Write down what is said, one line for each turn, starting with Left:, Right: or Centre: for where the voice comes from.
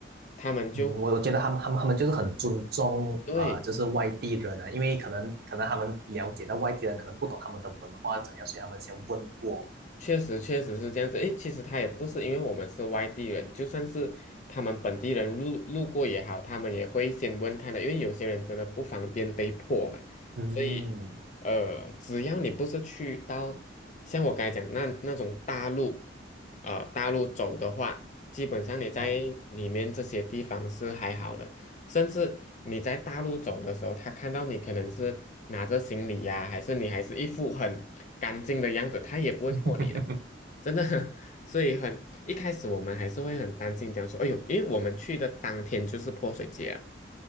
Left: 他们就
Right: 嗯我我觉得他们他们他们就是很尊重呃，
Left: 对
Right: 就是外地人啊，因为可能可能他们了解到外地人可能不懂他们的文化怎样，所以他们先问过，
Left: 确实，确实是这样子。诶，其实他也不是因为我们是外地人，就算是他们本地人路路过也好，他们也会先问他的，因为有些人真的不方便被迫嘛。
Right: 嗯，
Left: 所以，呃，只要你不是去到像我刚才讲那那种大陆，呃，大陆走的话，基本上你在里面这些地方是还好的。
Right: 哎
Left: 甚至你在大陆走的时候，他看到你可能是拿着行李呀、还是你还是一副很干净的样子，他也不会破你的，
Right: <laughs>
Left: 真的。<laughs> 所以很一开始我们还是会很担心，讲说，哎呦，因为我们去的当天就是泼水节啊，